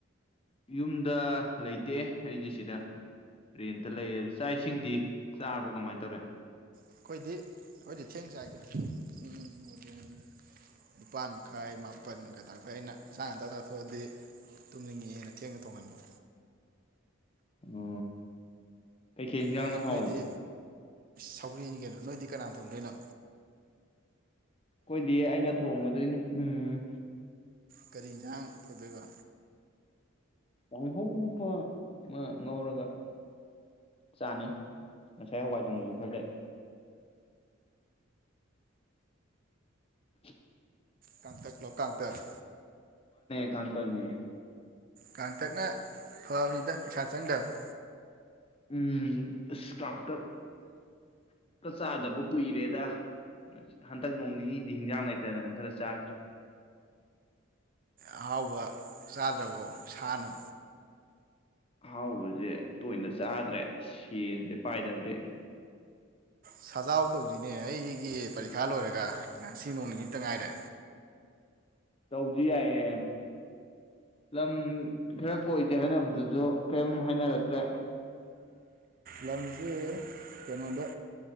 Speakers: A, on the left (about 30°); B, on the right (about 45°).
A: ꯌꯨꯝꯗ ꯂꯩꯇꯦ ꯑꯩꯁꯦ ꯁꯤꯗ ꯔꯦꯟꯇ ꯂꯩ ꯑꯗꯨ ꯆꯥꯛ ꯏꯁꯤꯡꯗꯤ ꯆꯥꯕ ꯀꯃꯥꯏꯅ ꯇꯧꯔꯦ
B: ꯑꯩꯈꯣꯏꯗꯤ ꯑꯩꯣꯏꯗꯤ ꯊꯦꯡ ꯆꯥꯏꯗꯦ ꯎꯝꯗꯤ ꯅꯤꯄꯥꯥꯟ ꯃꯈꯥꯏ ꯃꯥꯄꯜꯒ ꯇꯥꯔꯄꯩ ꯑꯩꯅ ꯉꯥꯡ ꯉꯟꯇꯥ ꯆꯥꯊꯣꯛꯑꯗꯤ ꯇꯨꯝꯅꯤꯡꯉꯛꯑꯦꯅ ꯊꯦꯡꯅ ꯊꯣꯡꯍꯟꯕ
A: ꯎ ꯀꯩꯀꯩ ꯌꯦꯟꯖꯥꯡꯅ
B: ꯅꯣꯏ
A: ꯍꯥꯎꯋꯕ
B: ꯅꯣꯏꯗꯤ ꯁꯧꯒ꯭ꯔꯤꯅꯤ ꯀꯩꯅꯣ ꯅꯣꯏꯗꯤ ꯀꯅꯥꯅ ꯊꯣꯛꯗꯣꯏꯅꯣ
A: ꯑꯩꯈꯣꯏꯗꯤ ꯑꯩꯅ ꯊꯣꯡꯉꯗꯣꯏꯅꯦ ꯎꯝ
B: ꯀꯔꯤ ꯌꯦꯟꯁꯥꯡ ꯇꯧꯗꯒ
A: ꯀꯥꯡꯍꯧ ꯎꯄ ꯑꯃ ꯉꯧꯔꯒ ꯆꯥꯅꯤ ꯉꯁꯥꯏ ꯍꯋꯥꯏ ꯊꯣꯡꯕꯁꯨ ꯈꯔ ꯂꯩ ꯎ
B: ꯀꯪꯇꯂꯣ ꯀꯪꯇꯔ
A: ꯀꯥꯡꯥꯡꯇꯪꯅꯤꯑꯦ
B: ꯀꯥꯡꯥꯡꯊꯛꯅ ꯐꯅꯤꯗ ꯄꯩꯁꯥ ꯆꯪꯗꯕꯅꯤ
A: ꯎꯝ ꯑꯁ ꯀꯇꯛꯛꯇ ꯆꯥꯗꯕ ꯀꯨꯏꯔꯦꯗ ꯍꯟꯗꯛ ꯅꯣꯡ ꯅꯤꯅꯤꯗꯤ ꯍꯤꯟꯖꯥꯡ ꯂꯩꯇꯗꯅꯪ ꯈꯔ ꯆꯥꯔꯤ
B: ꯑꯍꯥꯎꯕ ꯆꯥꯗ꯭ꯔꯕꯣ ꯁꯥꯅꯨ
A: ꯑꯍꯥꯎꯕꯁꯦ ꯇꯣꯏꯅ ꯆꯥꯗ꯭ꯔꯦ ꯁꯦꯟꯁꯦ ꯄꯥꯏꯗꯕꯗꯤ
B: ꯁꯖꯥꯎ ꯇꯧꯁꯤꯅꯦ ꯑꯩꯒꯤ ꯐꯥ ꯂꯣꯏꯔꯒ ꯉꯁꯤ ꯅꯣꯡ ꯅꯤꯇ ꯉꯥꯏꯔꯦ
A: ꯇꯧꯁꯤ ꯌꯥꯏꯌꯦꯦ ꯂꯝ ꯈꯔ ꯀꯣꯏꯗꯦ ꯍꯥꯏꯅꯕꯗ ꯑꯗꯨ ꯀꯔꯤꯝ ꯍꯥꯏꯅꯔꯛꯇ꯭ꯔꯦ
B: ꯂꯝꯁꯦ ꯀꯩꯅꯣꯗ